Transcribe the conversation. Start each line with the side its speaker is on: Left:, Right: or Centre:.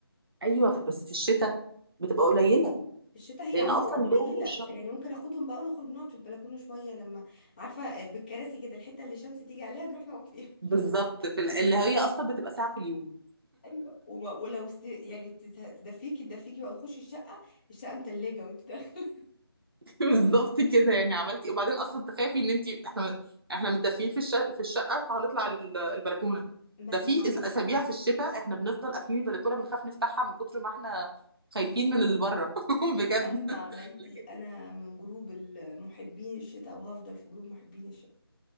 Right: ايوه في- بس في الشتاء بتبقى قليلة
Left: في الشتاء هي
Right: لأن
Left: عموما
Right: أصلا
Left: قليلة
Right: الجو فوق الشمس
Left: يعني ممكن اخدهم بقى ونخرج نقعد في البلكونة شوية لما عارفة بالكراسي كده الحتة اللي الشمس تيجي عليها نروح نقعد فيها
Right: بالظبط في ال-
Left: <laughs>
Right: اللي هي أصلا بتبقى ساعة في اليوم
Left: ايوه وما- ولو است... يعني تت- تدفيكي تدفيكي بقى تخشي الشقه الشقه متلجه وانت داخله
Right: <laughs> بالظبط كده يعني عملتي إيه؟ وبعدين اصلا تخافي ان انت احنا احنا متدفيين في الشقه في الشقه فهنطلع ال- البلكونه
Left: <laughs> مهما
Right: ده في
Left: عملتي
Right: أس- اسابيع في الشتاء احنا بنفضل قافلين البلكونه بنخاف نفتحها من كتر ما احنا خايفين من اللي بره <laughs> بجد
Left: مهما عملتي
Right: لكن
Left: انا من جروب ال- محبين الشتاء وهفضل في جروب محبين الشتاء